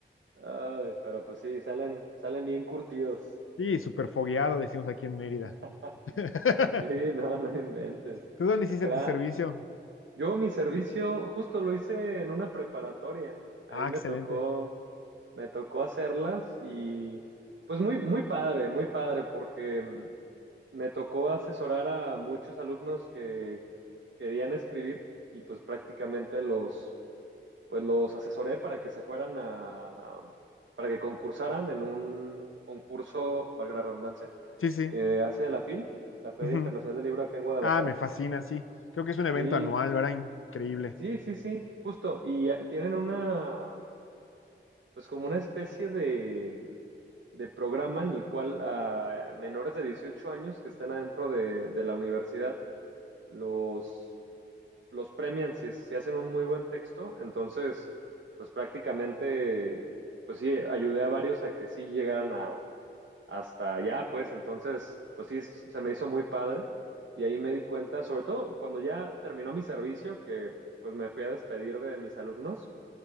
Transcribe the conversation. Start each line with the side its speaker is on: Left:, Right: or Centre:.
Right: Ay, pero pues sí, salen, salen bien curtidos.
Left: Sí, súper fogueado, decimos aquí en Mérida.
Right: <laughs>
Left: <laughs>
Right: Sí, no, no inventes.
Left: ¿Tú dónde
Right: Acá,
Left: hiciste tu servicio?
Right: yo mi servicio justo lo hice en una preparatoria. Ahí
Left: Ah,
Right: me
Left: excelente.
Right: tocó me tocó hacerlas y pues muy, muy padre, muy padre, porque mm, me tocó asesorar a muchos alumnos que querían escribir y pues prácticamente los, pues los asesoré para que se fueran a, para que concursaran en un concurso, valga la redundancia,
Left: Sí, sí.
Right: que hace la FIL, la Feria
Left: Ujú.
Right: Internacional del Libro acá en Guadalajara.
Left: Ah, me fascina, sí. Creo que es un evento
Right: Sí,
Left: anual, ¿verdad? Increíble.
Right: sí, sí, sí, justo. Y eh, tienen una, pues como una especie de de programa en el cual a menores de 18 años que estén adentro de, de la universidad los, los premian si, si hacen un muy buen texto. Entonces, pues prácticamente, pues sí, ayudé a varios a que sí llegaran a, hasta allá, pues entonces, pues sí, se me hizo muy padre. Y ahí me di cuenta, sobre todo cuando ya terminó mi servicio, que pues me fui a despedir de mis alumnos,